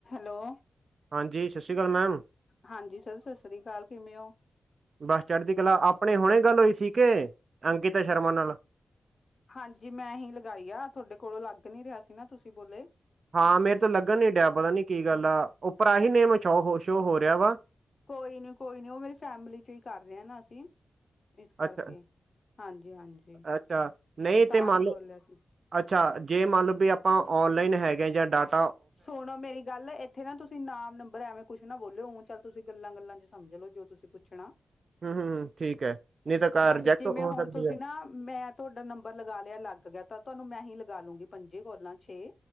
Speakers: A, on the left; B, on the right.
A: Hello.
B: ਹਾਂਜੀ, ਸਤਿ ਸ਼੍ਰੀ ਅਕਾਲ ਮੈਮ।
A: ਹਾਂਜੀ ਸਤਿ ਸ੍ਰੀ ਅਕਾਲ। ਕਿਵੇਂ ਔ?
B: ਬਸ ਚੜ੍ਹਦੀ ਕਲਾ ਆਪਣੇ ਹੁਣੇ ਗੱਲ ਹੋਈ ਸੀ ਕੇ, ਅੰਕਿਤਾ ਸ਼ਰਮਾ ਨਾਲ।
A: ਹਾਂਜੀ, ਮੈਂ ਹੀ ਲਗਾਈ ਆ ਥੋਡੇ ਕੋਲੋਂ ਲੱਗ ਨਹੀਂ ਰਿਹਾ ਸੀ ਨਾ, ਤੁਸੀਂ ਬੋਲੇ।
B: ਹਾਂ, ਮੇਰੇ ਤੋ ਲੱਗਣ ਨੀ ਡਿਆ ਪਤਾ ਨੀ ਕੀ ਗੱਲ ਆ ਓਪਰ ਆਹੀ ਨੇਮ ਛੋਹ ਸ਼ੋਹ ਹੋ ਰਿਆ ਵਾ।
A: ਕੋਈ ਨੀ ਕੋਈ ਨੀ ਓਹ ਮੇਰੀ ਫੈਮਿਲੀ ਚ ਹੀ ਕਰ ਰਏ ਨਾ ਅਸੀਂ। ਇਸ ਕਰਕੇ,
B: ਅੱਛਾ
A: ਹਾਂਜੀ ਹਾਂਜੀ
B: ਅੱਛਾ ਨਹੀਂ
A: ਤਾਂ
B: ਤੇ ਮੰਨ
A: ਹੀ
B: ਲਓ
A: ਬੋਲਿਆ ਸੀ।
B: ਅੱਛਾ ਜੇ ਮੰਨ ਲੋ ਬੀ ਅਪਾਂ ਔਨਲਾਈਨ ਹੈਗੇ ਆ ਯਾ ਡਾਟ
A: ਸੁਣੋ ਮੇਰੀ ਗੱਲ ਏ ਏਥੇ ਨਾ ਤੁਸੀਂ ਨਾਮ ਨੰਬਰ ਐਵੇਂ ਕੁੱਛ ਨਾ ਬੋਲੇਯੋ, ਉਂ ਚੱਲ ਤੁਸੀਂ ਗੱਲਾਂ-ਗੱਲਾਂ ਚ ਸਮਝ ਲੋ ਜੋ ਤੁਸੀਂ ਪੁੱਛਣਾ।
B: ਹੂੰ ਹੂੰ, ਠੀਕ ਹੈ ਨਹੀਂ ਤਾਂ ਕਾਰ
A: ਬਸ
B: ਰਿਜੈਕਟ
A: ਚਿਮੇਂ
B: ਹੋ
A: ਹੁਣ
B: ਸਕਦੀ
A: ਤੁਸੀਂ
B: ਹੈ
A: ਨਾ ਮੈਂ ਤੋਡਾ ਨੰਬਰ ਲਗਾ ਲਿਆ ਲੱਗ ਗਿਆ ਤਾਂ ਤੁਆਨੂੰ ਮੈਂ ਹੀ ਲਗਾ ਲੂੰਗੀ, ਪੰਜੇ ਕੋਲਾਂ ਛੇ